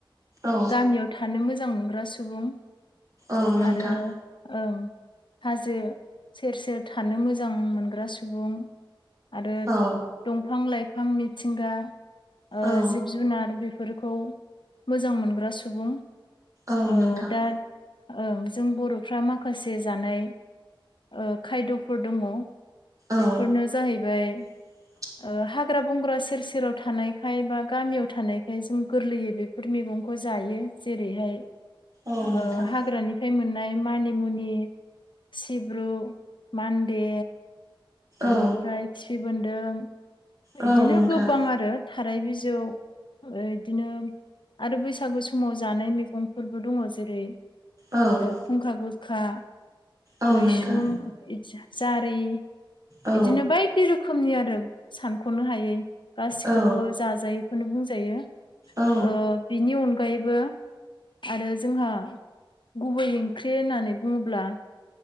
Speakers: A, on the right; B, on the left.
A: औ
B: गामियाव थानो मोजां मोनग्रा सुबुं
A: औ नोंथां
B: आरो ओं। हाजो सेर सेर थानो मोजां मोनग्रा सुबुं आरो
A: औ
B: दंफां लाइफां मिथिंगा ओ
A: औ
B: जिब जुनार बे फोरफोरखौ मोजां मोनग्रा सुबुं ओ
A: औ नोंथां
B: दा ओं। जों बर'फ्रा माखासे जानाय ओ खायद'फोर दङ
A: औ
B: बेफोरनो जाहैबाय
A: <inaudible>
B: ओ हाग्रा बंग्रा सेर सेराव थानायखाय बा गामियाव थानायखाय जों गोरलैयै बेफोर मेगं खौ जायो जेरैहाय
A: औ नोंथां
B: ओ हाग्रानि फै मोननाय मानिमुनि, सिब्रु, मान्दे बेनिफ्राय
A: औ
B: खिफि बोनदों
A: औ
B: इदिनो
A: नोंथां
B: गोबां आरो। थाराय बिजौ ओ इदिनो आरो बैसागु समाव जानाय मैगंफोरबो दङ जेरै
A: औ
B: फुंखा गोखा
A: औ
B: मैसुं
A: नोंथां
B: जारि
A: औ
B: इदिनो बायदि रोखोमनि आरो सानख'नो हायै गासिखौबो
A: औ
B: जाजायो। खौनो बुंजायो
A: औ
B: ओ बिनि अनगायैबो आरो जोंहा गुबै ओंख्रि होननानै बुङोब्ला